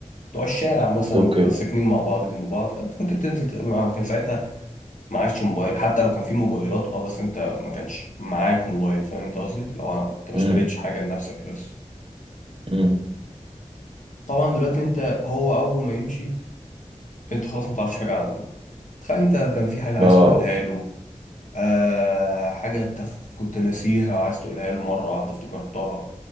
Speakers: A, on the left (about 75°); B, on the right (about 45°).
A: بتوع الشارع مثلا
B: اوكي
A: بتبقى ساكنين مع بعض جنب بعض فانت كنت بتنزل تقابل معاهم كان ساعتها ما عادش موبايل حتى لو كان في موبايلات اه بس انت ما كانش معاك موبايل فاهم انت قصدي لو انت ما
B: امم
A: اشتريتش حاجه لنفسك لسه
B: امم
A: طبعا دلوقتي انت هو اول ما يمشي انت خلاص ما تعرفش حاجه عنه تخيل انت كان في حاجة عايز
B: اه
A: تقولها له آه حاجة انت ف- كنت ناسيها وعايز تقولها له مرة واحدة افتكرتها